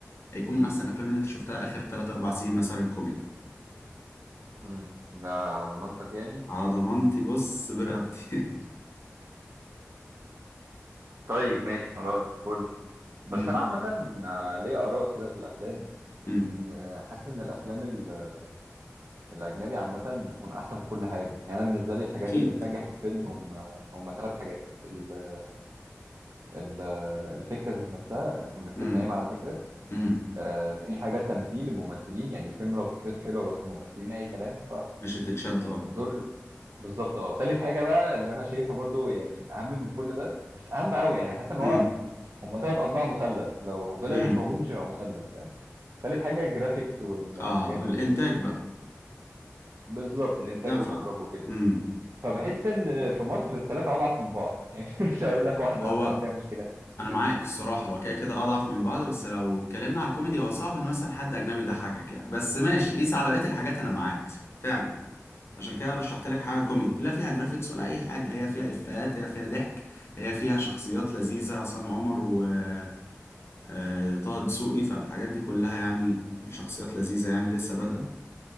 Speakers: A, on the left; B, on the right.
A: هيكون من احسن الافلام اللي انت شفتها اخر 3 4 سنين مثلا كوميدي
B: امم ده على ضمانتك يعني
A: على ضمانتي بص برقبتي
B: طيب ماشي خلاص فل بس
A: <laughs> أمم،
B: أنا عامة آه، ليا آراء كده في الأفلام
A: أمم،
B: إن آه، حاسس إن الأفلام ال- الأجنبي عامة بتكون أحسن في كل حاجة يعني أنا بالنسبة لي الحاجات
A: اكيد
B: اللي بتنجح الفيلم هم هم ثلاث حاجات ال- ال- الفكرة ذات نفسها إن يكون الفيلم
A: أمم،
B: قايم على فكرة
A: أمم،
B: آه، تاني حاجة التمثيل الممثلين يعني الفيلم لو فكرته حلوة بس الممثلين أي كلام
A: مش هتتشد اه
B: فالدور بالظبط اه تالت حاجة بقى اللي أنا شايفها برضو يعني أهم من كل ده مش أهم أوي يعني حاسس إن
A: امم
B: هو هما تلات أضلاع مثلث لو طلع
A: امم
B: مش موجود مش هيبقى مثلث فاهم تالت حاجة الجرافيكس والحاجات
A: اه
B: اللي
A: الانتاج
B: زي كده
A: بقى
B: بالظبط الإنتاج
A: الدافع
B: والإخراج
A: بقى
B: وكده
A: امم
B: فبحس إن في مصر التلاتة أضعف من بعض <laughs> يعني مش هقول لك واحدة
A: هو
B: مثلا فيها مشكلة
A: انا معاك الصراحه هو كده كده اضعف من بعض بس لو اتكلمنا على الكوميدي هو صعب ان مثلا حد اجنبي يضحكك يعني بس ماشي قيس على بقيه الحاجات انا معاك فعلا عشان كده رشحت لك حاجه
B: مم.
A: كوميدي لا فيها جرافيكس ولا اي حاجه هي فيها افيهات هي فيها ضحك هي فيها شخصيات لذيذه عصام عمر و آه، آه، طه دسوقي فالحاجات دي كلها يعني شخصيات لذيذه يعني لسه بادئه